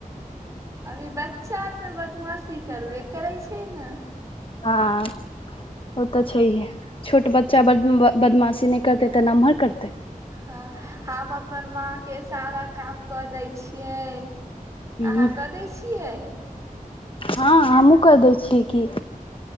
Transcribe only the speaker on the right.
अभी बच्चा तऽ बदमाशी करबे करै छै ने
हँ हम अपन माँ के सारा काम क दै छियै
अहाँ कऽ दै छियै